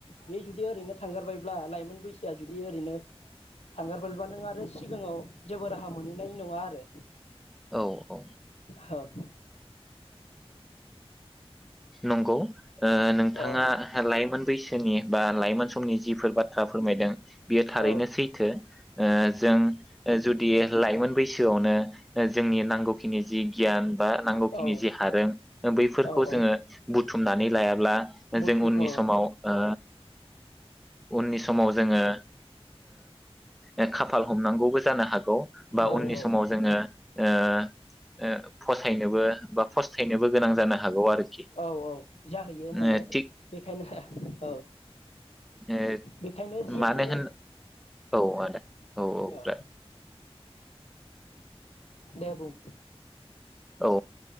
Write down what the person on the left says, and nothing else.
बे जुदि ओरैनो थांगारबायब्ला लाइमोन बैसोआ जुदि ओरैनो थांगारबायब्ला नों आरो सिगाङाव जेबो राहा मोनहैनाय नङा आरो।
औ।
औ
औ
औ
औ औ
बुथुम
औ
औ
औ
औ औ जाहैयो माने
बेखायनो औ
बेखायनो जि
हायो
औ।
दे बुं।